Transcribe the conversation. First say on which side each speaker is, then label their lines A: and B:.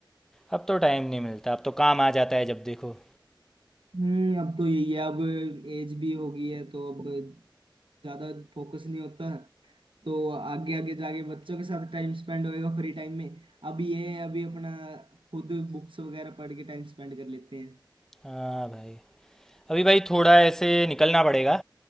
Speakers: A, in the centre; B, on the right.
A: अब तो टाइम नहीं मिलता अब तो काम आ जाता है जब देखो
B: हम्म अब तो यही है अब एज भी हो गई है तो अब ज्यादा फोकस नहीं होता तो आगे आगे जाके बच्चों के साथ टाइम स्पेंड होएगा फ्री टाइम में अब ये है, अभी अपना खुद बुक्स वगैरह पढ़ के टाइम स्पेंड कर लेते हैं
A: हाँ भाई अभी भाई थोड़ा ऐसे निकलना पड़ेगा